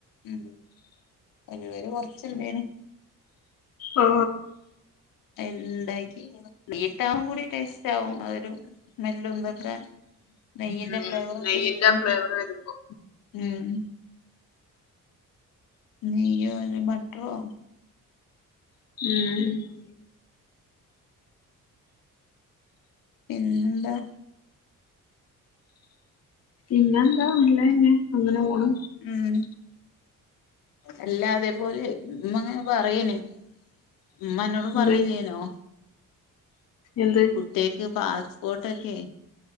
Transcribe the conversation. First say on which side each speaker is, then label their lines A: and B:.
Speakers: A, on the left (about 80°); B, on the left (about 50°).
A: ഉം, ഒലിവ് ഓയിൽ കൊറച്ചു ഉണ്ടേന്.
B: ഓ
A: <unintelligible> ഉണ്ടാക്കി ഗീട്ടാവും കൂടി ടേസ്റ്റ് ആകും അതൊരു സ്മെല്ലൊന്തൊക്കെ നെയ്യിന്റെ
B: ഉം
A: ഫ്ലേവർ ഒക്കെ
B: നെയ്യിന്റെ
A: കിട്ടും.
B: ആ ഫ്ലേവർ വരുമ്പോ
A: ഉം നെയ്യോ, അല്ലകിൽ ബട്ടറോ
B: ഉം
A: പിന്നെന്താ
B: പിന്നെ എന്താ നല്ലതന്നെ അങ്ങനെ പോണ്.
A: ഉം എല്ലാ അതേപോലെ ഇമ്മങ്ങനെ പറയനെ. ഉമ്മ അന്നോട് പറഞ്ഞില്ലാനോ.
B: എന്ത് എന്ത്
A: കുട്ടിക്ക് പാസ്പോർട്ടൊക്കെ